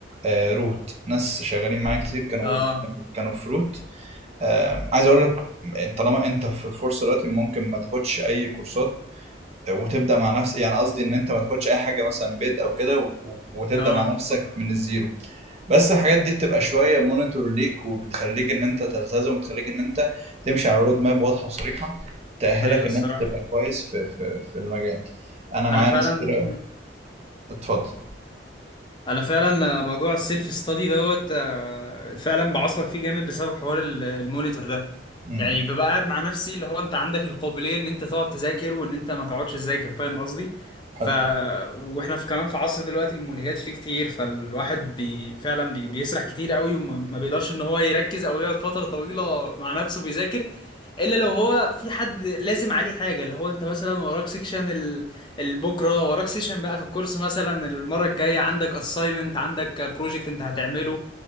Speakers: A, on the right; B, on the left.
A: آه، روت ناس شغالين معايا كتير كانوا
B: اه
A: كانوا- كانوا في روت آه، عايز اقول لك طالما انت في فرصه دلوقتي ممكن ما تاخدش اي كورسات آه، وتبدا مع نفسك يعني قصدي ان انت ما تاخدش اي حاجه مثلا بيد او كده و- و- وتبدا
B: اه
A: مع نفسك من الزيرو بس الحاجات دي بتبقى شويه مونيتور ليك وبتخليك ان انت تلتزم وبتخليك ان انت تمشي على رود ماب واضحه وصريحه تاهلك
B: ايوه الصراحه
A: ان انت تبقى كويس في في في المجال انا معايا
B: انا فعلا
A: ناس كتير أوي. اتفضل
B: انا فعلا موضوع السيلف ستادي دوت آه، فعلا بعصلك فيه جامد بسبب حوار ال- المونيتور ده
A: امم
B: يعني ببقى قاعد مع نفسي اللي هو انت عندك القابليه ان انت تقعد تذاكر وان انت ما تقعدش تذاكر فاهم قصدي
A: حلو
B: ف واحنا في كمان في عصر دلوقتي الملهيات فيه كتير فالواحد بي... فعلا بي... بيسرح كتير قوي وما ما بيقدرش ان هو يركز او يقعد فتره طويله مع نفسه بيذاكر الا لو هو في حد لازم عليه حاجه اللي هو انت مثلا وراك سيكشن ال... البكره وراك سيكشن بقى في الكورس مثلا المره الجايه عندك اساينمنت عندك بروجكت انت هتعمله